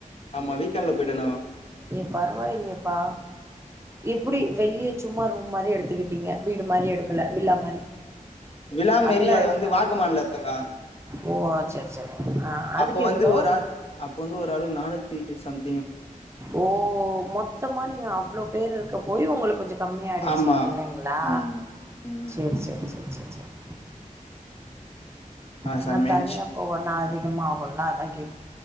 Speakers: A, on the left; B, on the right.
A: ஆமா வீக்கெண்ட்ல போயிட்டந்தாங்கோ
B: ஏ பரவாயில்லையப்பா எப்டி வெளியே சும்மா ரூம் மாரி எடுத்துக்கிட்டீங்க வீடு மாரி எடுக்கல வில்லா மாரி
A: விலாமேரிய
B: அதெல்லா
A: அது
B: எடுத்தா
A: வந்து வாகு மாநுலத்தோங்கா
B: ஓ ஆ சரி சரி ஆ அதுக்கு
A: அப்ப வந்து
B: எவ்ளோ
A: ஒரு ஆள் அப்ப வந்து ஒரு ஆளுக்கு நானூத்தி சம்
B: ஓ மொத்தமா நீங்க அவ்ளோ பேரு இருக்க போய் உங்களுக்கு கொஞ்சோ கம்மிய ஆயிடுச்சு
A: ஆமா
B: இல்லிங்களா
A: ம் ம்
B: சரி சரி சரி ச் ச ச
A: ஆ
B: ஆனா
A: செம்மையா
B: தனியா
A: இருந்ச்சு
B: போகு நா அதிக மாகுல அதா கே